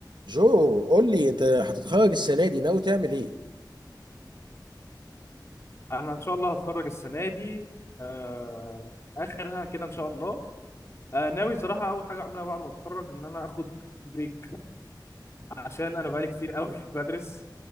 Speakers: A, on the right; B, on the left.
A: جو قول لي انت هتتخرج السنه دي ناوي تعمل ايه
B: انا ان شاء الله هتخرج السنه دي آه اخرها كده ان شاء الله آه ناوي صراحه اول حاجه اعملها بعد ما اتخرج ان انا اخد بريك عشان انا بقالي كتير قوي <laughs> بدرس